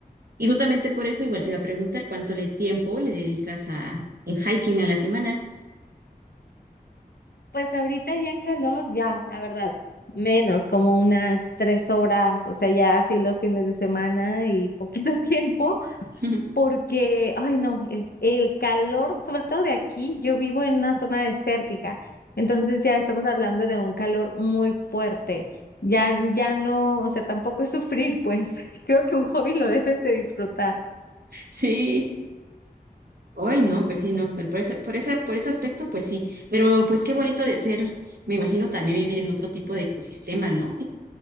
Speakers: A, on the right; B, on the left.
A: Y justamente por eso igual te iba a preguntar cuánto le tiempo le dedicas a el hiking a la semana.
B: Pues ahorita ya en calor, ya, la verdad, menos, como unas tres horas, o sea, ya así los fines de semana y poquito <laughs> tiempo.
A: <laughs>
B: porque, ay no, el, el calor, sobre todo de aquí, yo vivo en una zona desértica, entonces ya estamos hablando de un calor muy fuerte. Ya, ya no, o sea, tampoco es sufrir, pues <laughs> creo que un hobby lo debes de disfrutar.
A: Sí, hoy no, pues sí, no, por, por ese, por esa, por ese aspecto, pues sí, pero pues qué bonito de ser, me imagino también vivir en otro tipo de ecosistema, ¿no?